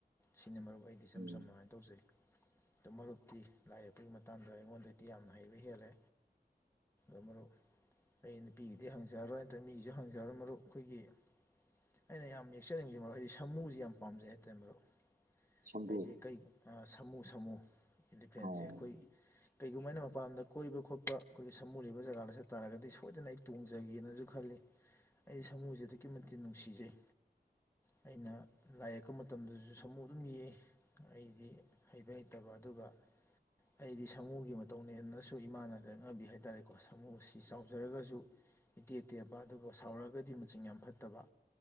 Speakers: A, on the left; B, on the right.
A: ꯁꯤꯅ ꯃꯔꯨꯞ ꯑꯩꯗꯤ ꯏꯁꯝ
B: ꯎꯝ
A: ꯁꯝ ꯍꯥꯏꯥꯏꯅ ꯇꯧꯖꯩ ꯑ ꯃꯔꯨꯞ ꯤ ꯂꯥꯏ ꯌꯦꯛꯄꯒꯤ ꯃꯇꯥꯡꯗ ꯑꯩꯉꯣꯟꯗꯗꯤ ꯌꯥꯝꯅ ꯍꯩꯕ ꯍꯦꯜꯂꯦ ꯑ ꯃꯔꯨꯞ ꯑꯩ ꯅꯨꯄꯤꯒꯤꯗꯤ ꯍꯪꯖꯔꯣꯏ ꯅꯠꯇ꯭ꯔꯒ ꯃꯤꯒꯤꯁꯨ ꯍꯪꯖꯔꯣꯏ ꯃꯔꯨꯞ ꯑꯩꯈꯣꯏꯒꯤ ꯑꯩꯅ ꯌꯥꯝ ꯌꯦꯛꯆꯅꯤꯡꯁꯤ ꯃꯔ ꯑꯩꯗꯤ ꯁꯃꯨꯁꯤ ꯌꯥꯝ ꯄꯥꯝꯖꯩ ꯍꯥꯏꯇꯥꯔꯦ ꯃꯔꯨꯞ
B: ꯁꯝꯕ꯭ꯔꯨ
A: ꯍꯥꯏꯗꯤ ꯀꯩ ꯁꯥꯃꯨ ꯁꯥꯃꯨ ꯏ ꯗꯤꯐ꯭ꯔꯦꯟꯁꯦ
B: ꯑꯧ
A: ꯑꯩꯈꯣꯏ ꯀꯩꯒꯨꯝꯕ ꯑꯩꯅ ꯃꯄꯥꯟ ꯂꯝꯗ ꯀꯣꯏꯕ ꯈꯣꯠꯄ ꯑꯩꯈꯣꯏꯒꯤ ꯁꯥꯃꯨ ꯂꯩꯕ ꯖꯒꯥꯗ ꯆꯠ ꯇꯥꯔꯒꯗꯤ ꯁꯣꯏꯗꯅ ꯑꯩ ꯇꯣꯡꯖꯒꯦꯅꯁꯨ ꯈꯜꯂꯤ ꯑꯩ ꯁꯥꯃꯨꯁꯦ ꯑꯗꯨꯛꯀꯤ ꯃꯇꯤꯛ ꯅꯨꯡꯁꯤꯖꯩ ꯑꯩꯅ ꯂꯥꯏ ꯌꯦꯛꯄ ꯃꯇꯝꯗꯁꯨ ꯁꯥꯃꯨ ꯑꯗꯨꯝ ꯌꯦꯛꯏ ꯑꯩꯗꯤ ꯍꯩꯕ ꯍꯩꯇꯕ ꯑꯗꯨꯒ
B: <unintelligible>
A: ꯑꯩꯗꯤ ꯁꯥꯃꯨꯒꯤ ꯃꯇꯧꯅꯦ ꯑꯗꯨꯅꯁꯨ ꯏꯃꯥꯅ ꯂꯛꯅꯕꯤ ꯍꯥꯏꯇꯥꯔꯦꯀꯣ ꯁꯥꯃꯨ ꯑꯁꯤ ꯆꯥꯎꯖꯔꯒꯁꯨ ꯏꯇꯦ ꯇꯦꯕ ꯑꯗꯨꯒ ꯁꯥꯎꯔꯛꯑꯒꯗꯤ ꯃꯆꯤꯟ ꯌꯥꯝ ꯐꯠꯇꯕ